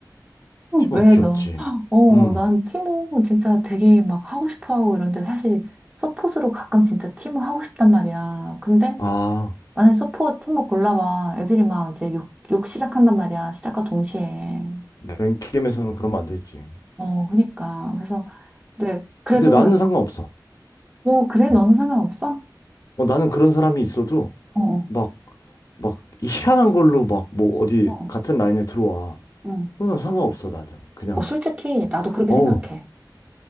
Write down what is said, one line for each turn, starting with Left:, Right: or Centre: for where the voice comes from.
Right: 어,
Left: 티모
Right: 왜
Left: 귀엽지.
Right: 너? 어,
Left: 음.
Right: 난 티모 진짜 되게 막 하고 싶어 하고 이런데 사실 서폿으로 가끔 진짜 티모 하고 싶단 말이야. 근데
Left: 아,
Right: 만약에 서폿 티모 골라봐. 애들이 막 이제 욕, 욕 시작한단 말이야. 시작과 동시에.
Left: 맨 게임에서는 그러면 안 되지.
Right: 어, 그니까. 그래서 이제 그래도
Left: 근데 나는 상관없어.
Right: 어, 그래? 너는
Left: 음.
Right: 상관없어?
Left: 어, 나는 그런 사람이 있어도
Right: 어, 어,
Left: 막, 막 희한한 걸로 막 뭐 어디
Right: 어,
Left: 같은 라인에 들어와.
Right: 어. 어,
Left: 그건 상관없어, 나는. 그냥,
Right: 어, 솔직히 나도 그렇게
Left: 어,
Right: 생각해.